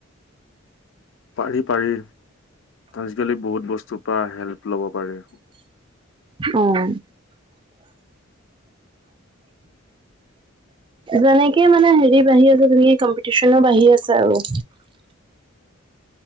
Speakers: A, on the left; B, on the right.
A: পাৰি, পাৰি। আজি-কালি বহুত বস্তুৰ পৰা হেল্প ল'ব- পাৰি।
B: অঁ যেনেকে মানে হেৰি বাঢ়ি আছে তেনেকে কম্পিটিচনো বাঢ়ি আছে আৰু।